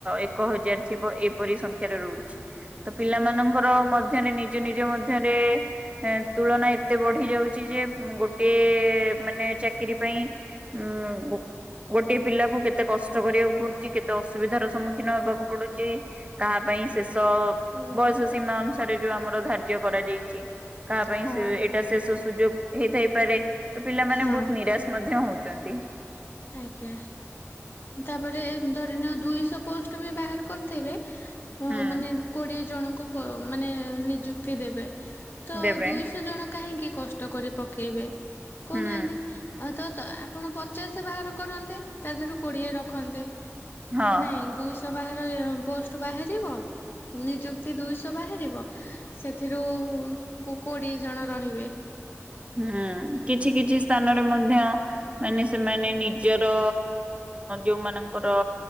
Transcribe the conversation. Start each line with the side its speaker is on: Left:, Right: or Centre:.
Right: ଏକ ହଜାର ଥିବ ଏପରି ସଂଖ୍ୟାରେ ରହୁଛି। ତ ପିଲା
Left: ହୁଁ।
Right: ମାନଙ୍କର ମ। ଧ୍ୟରେ ନିଜ ନିଜ ମଧ୍ୟରେ ତୁଳନା ଏତେ ବଢି ଯାଉଛି ଯେ ଗୋଟେ ମାନେ ଚାକିରୀ ପାଇଁ ଉଁ। ଗୋଟଏ ପିଲାକୁ କେତେ କଷ୍ଟ କରିବାକୁ ପଡୁଛି କେତେ ଅସୁବିଧାର ସମ୍ମୁଖୀନ ହବାକୁ ପଡୁଛି ତାହା ପାଇଁ ସେ। ତ
Left: ହୁଁ
Right: ବୟସ ସୀମା ଅନୁସାରେ। ଯୋଉ ଆମର ଧାର୍ଯ୍ୟ କରାଯାଇଛି। କାହା ପାଇଁ
Left: ହଁ
Right: ସେ ଏଇଟା ଶେଷ ସୁଯୋଗ। ହେଇଥାଇପାରେ। ତ ପିଲାମାନେେ
Left: ହଁ
Right: ବହୁତ ନିରାଶ ମଧ୍ୟ ହଉ। ଛନ୍ତି।
Left: ଆଜ୍ଞା। ତାପରେ ଧରିନଅ ଦୁଇଶହ ପୋଷ୍ଟ ବି ବାହାର କରିଥିବେ। ଅ
Right: ହୁଁ
Left: ମାନେ କୋଡିଏ। ଜଣଙ୍କୁ ପ ମାନେ ନିଯୁକ୍ତି ଦେବେ। ତ
Right: ଦେବେ
Left: ଦୁଇଶହ ଜଣ। କାହିଁକି କଷ୍ଟ କରି ପକେଇବେ। କହୁନାହାନ୍ତି
Right: ହୁଁ
Left: ଆ। ତ ତ ଆପଣ ପଚାଶ ବାହାର କରନ୍ତେ ତା ଦେହରୁ। କୋଡିଏ ରଖନ୍ତେ।
Right: ହଁ।
Left: ନାଇଁ ଦୁଇଶ। ବାହାର ପୋଷ୍ଟ ବାହାରିବ ନିଯୁକ୍ତି ଦୁଇଶହ ବାହାରିବ ସେଥିରୁ କୋଡିଏ ଜଣ ରହିବେ।
Right: ହୁଁ କିଛି କିଛି ସ୍ଥାନରେ ମଧ୍ୟ ମାନେ ସେମାନେ ନିଜର ଯୋଉମାନଙ୍କର